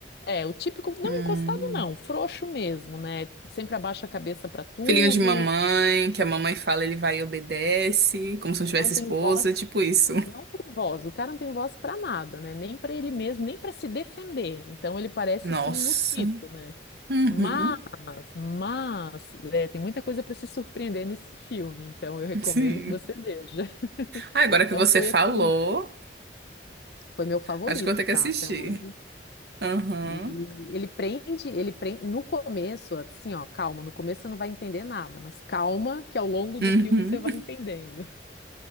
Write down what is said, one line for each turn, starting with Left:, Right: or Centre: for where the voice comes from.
Left: É, o típico, não
Right: Hum.
Left: encostado não, frouxo mesmo, né? Sempre abaixa a cabeça pra tudo,
Right: Filhinho de mamãe, que a mamãe fala, ele vai e obedece, como se não
Left: não
Right: tivesse
Left: tem
Right: esposa,
Left: voz,
Right: tipo isso.
Left: não tem voz. O cara não tem voz pra nada, né? Nem pra ele mesmo, nem pra se defender. Então ele parece
Right: Nossa.
Left: assim um mosquito, né?
Right: Uhum.
Left: Mas, mas, é, tem muita coisa para se surpreender nesse filme, então eu recomendo
Right: Sim.
Left: que você veja. <laughs>
Right: Ah, agora que
Left: Então
Right: você
Left: foi
Right: falou,
Left: assim, foi meu favorito,
Right: acho que eu vou ter
Left: tá,
Right: que assistir.
Left: até hoje.
Right: Aham.
Left: E ele prende, ele prende no começo, assim, ó, calma, no começo você não vai entender nada, mas calma que ao longo do
Right: Uhum.
Left: filme você vai entendendo.